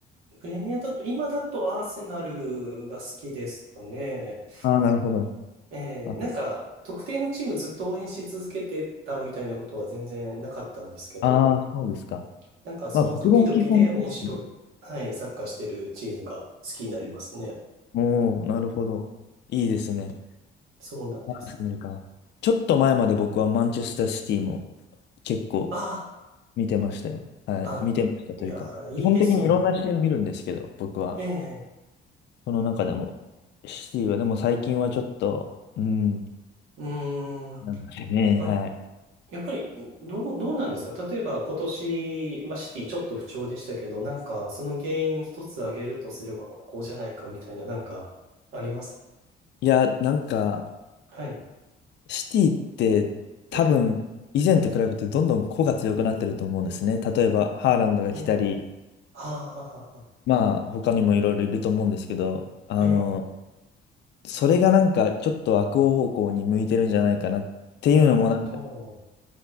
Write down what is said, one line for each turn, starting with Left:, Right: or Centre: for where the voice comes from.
Right: プレミアだと、今だとアーセナルが好きですかね。
Left: ああ、なるほど。
Right: えーなんか、
Left: あ
Right: 特定のチームずっと応援し続けてたみたいなことは全然なかったんですけど、
Left: あー、そうですか。
Right: なんかその時々で面白い、
Left: まあ、僕も基本、確かに。
Right: はい、サッカーしてるチームが好きになりますね。
Left: おー、なるほど。いいですね。
Right: そうなんです。
Left: アーセナルか。ちょっと前まで僕はマンチェスターシティも結構
Right: あ
Left: 見てましたよ。はい。
Right: あ、
Left: 見てましたというか、
Right: あ、いや、いいですよね。
Left: 基本的にいろんな試合を見るんですけど、僕は。
Right: ええ、
Left: その中でも、シティは、でも最近はちょっと、うん、
Right: うーん。
Left: なんかね、
Right: あれ
Left: はい。
Right: やっぱり、どう、どうなんですか例えば今年、まあ、シティちょっと不調でしたけど、なんかその原因一つ挙げるとすればここじゃないかみたいな、なんかあります
Left: いや、なんか、
Right: はい。
Left: シティって多分、
Right: ええ、
Left: 以前と比べてどんどん個が強くなってると思うんですね。例えば、ハーランドが来たり、
Right: ええ、はあ、はあ、はあは
Left: まあ、他にもいろいろいると思うんですけど、あの、
Right: あ、ええ、
Left: それがなんかちょっと悪方向に向いてるんじゃないかなっていうのもなんか、
Right: なるほど。